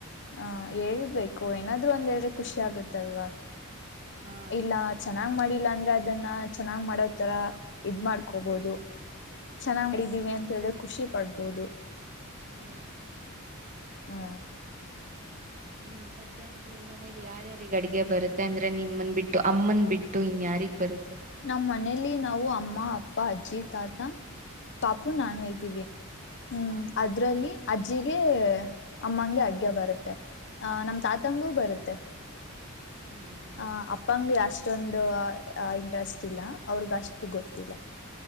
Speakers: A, on the left; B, on the right.
A: ಹ ಹೇಳ್ಬೇಕು ಏನಾದ್ರು ಒಂದ ಹೇಳ್ರೆ ಖುಷಿ ಆಗುತ್ತಲ್ವಾ.
B: ಹಾ
A: ಇಲ್ಲ ಚೆನ್ನಾಗ್ ಮಾಡಿಲ್ಲ ಅಂದ್ರೆ ಅದನ್ನ ಚೆನ್ನಾಗ್ ಮಾಡೋ ತರ ಇದ್ ಮಾಡ್ಕೋಬೋದು ‌. ಚೆನ್ನಾಗ್ಡಿದೀವಿ
B: ಹಾ ಹಾ
A: ಅಂತ ಹೇಳ್ರೆ ಖುಷಿ ಪಡ್ಬೋದು.
B: ಹ್ಮ್
A: ಹಾ
B: ಹ್ಮ್ ಮತ್ತೆ ನಿಮ್ಮ ಮನೇಲಿ ಯಾರ್ಯಾರ ಅಡ್ಗೆ ಬರುತ್ತೆ ಅಂದ್ರೆ ನಿಮ್ಮನ್ ಬಿಟ್ಟು ಅಮ್ಮನ್ ಬಿಟ್ಟು ಇನ್ಯಾರ್. ಯಾರಿಗ್ ಬರುತ್
A: ನಮ್ಮ್ ಮನೇಲಿ ನಾವು ಅಮ್ಮ ಅಪ್ಪ ಅಜ್ಜಿ ತಾತ. ಪಾಪು
B: ಹಾ
A: ನಾನು ಇದ್ದೀವಿ ಹ್ಮ್
B: ಹಾ ಹಾ
A: ಅದ್ರಲ್ಲಿ ಅಜ್ಜ್ ಅಜ್ಜಿಗೆ ಅಮ್ಮಗೆ ಅಡ್ಗೆ ಬರುತ್ತೆ ಅಹ ನಮ್
B: ಹ್ಮ್
A: ತಾತಂಗೂ ಬರುತ್ತೆ.
B: ಹೌದಾ
A: ಹ ಅಪ್ಪಂಗ ಅಷ್ಟೊಂದು. ಇಂಟ್ರಟಸ್ ಇಲ್ಲ ಅವ್ರಗ ಅಷ್ಟು ಗೊತ್ತಿಲ್ಲ.